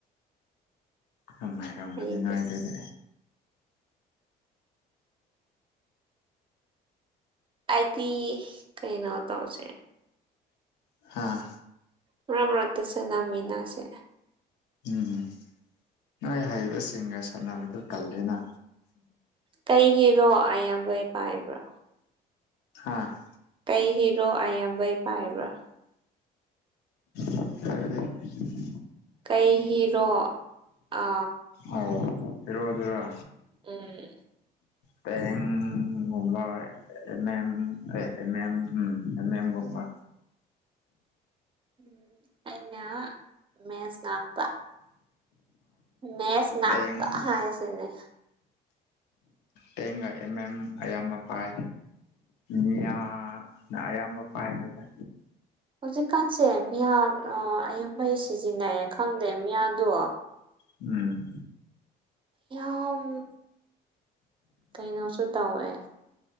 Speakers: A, on the left; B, on the right.
A: ꯌꯥꯝ ꯍꯥꯏꯔꯝꯒꯅꯤ
B: ꯑꯩꯒꯤ
A: ꯅ ꯑꯗꯨꯗꯤ
B: ꯑꯥꯥꯏꯗꯤ ꯀꯩꯅꯣ ꯇꯧꯁꯦ
A: ꯍꯥꯥ
B: ꯃꯔꯛ ꯃꯔꯛꯇ ꯁꯅꯥꯃꯤꯟꯅꯁꯦ
A: ꯎꯝ ꯅꯣꯏ ꯍꯩꯕꯁꯤꯡꯒ ꯁꯥꯟꯅꯕꯗꯨ ꯇꯜꯂꯦꯅ
B: ꯀꯩꯒꯤꯅꯣ ꯑꯌꯥꯝꯕꯩ ꯄꯥꯏꯕ꯭ꯔꯣ
A: ꯍꯥꯥ
B: ꯀꯩꯒꯤꯅꫭ ꯑꯌꯥꯝꯕꯩ ꯄꯥꯏꯕ꯭ꯔꯣ
A: ꯈꯔꯗꯤ
B: ꯀꯩ ꯍꯤꯔꯣ ꯑ
A: ꯑꯧ ꯍꯦꯔꯣꯗꯨꯔꯣ
B: ꯎꯝ꯫
A: ꯇꯦꯡꯒꯨꯝꯕ ꯑꯦꯝ ꯑꯦꯝ ꯑꯦ ꯑꯦꯝ ꯑꯦꯝ ꯎꯝ ꯑꯦꯝ ꯑꯦꯝ ꯒꯨꯝꯕ꯫
B: ꯎꯝ ꯑꯩꯅ ꯃꯦꯁꯉꯥꯛꯄ꯫ ꯃꯦꯁ ꯉꯥꯛꯄ
A: ꯇꯦꯡ
B: ꯍꯥꯏꯁꯤꯅꯦ꯫
A: ꯇꯦꯡꯒ ꯑꯦꯝ ꯑꯦꯝ ꯑꯌꯥꯝꯕ ꯄꯥꯏ꯫ ꯃꯤꯌꯥꯅ ꯑꯌꯥꯝꯕ ꯄꯥꯏꯌꯦꯗ꯫
B: ꯍꯧꯖꯤꯛꯀꯥꯟꯁꯦ ꯃꯤꯌꯥ ꯑꯣ ꯑꯌꯥꯝꯕꯩ ꯁꯤꯖꯤꯟꯅꯩ ꯈꯪꯗꯦ ꯃꯤꯌꯥꯗꯣ꯫
A: ꯎꯝ꯫
B: ꯌꯥꯝ ꯀꯩꯅꯣꯁꯨ ꯇꯧꯋꯦ꯫